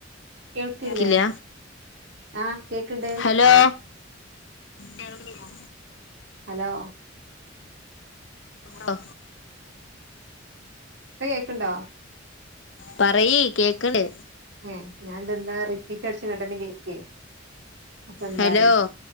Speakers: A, on the right; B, on the left.
A: കേൾക്കില്ലേ
B: ല്ല
A: ആഹ് കേക്കണ്ട്
B: ഹലോ കേൾക്ക്ന്നില്ലേ
A: ഹലോ
B: ലോ
A: ഇപ്പൊ കേക്ക്ണ്ടോ
B: പറയ് കേക്ക്‌ണ്ട്
A: ഏ ഞാന് ഇതെന്താ റിപ്പീറ്റ് അട്ച്ച് കാണ്ടന്നെ കേക്കേ അപ്പൊ എന്താ
B: ഹലോ
A: അറിയില്ല